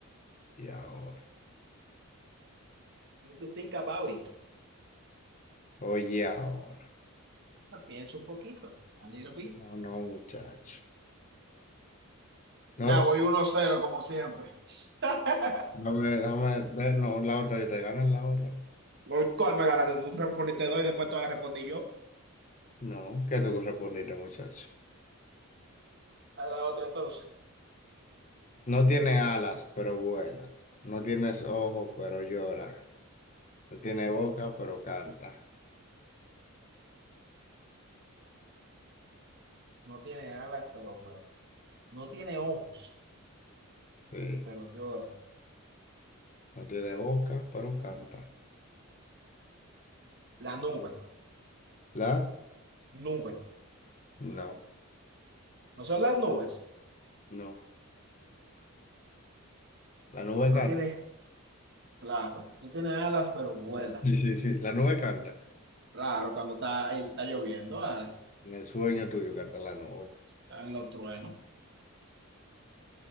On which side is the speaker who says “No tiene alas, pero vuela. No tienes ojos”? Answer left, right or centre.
Left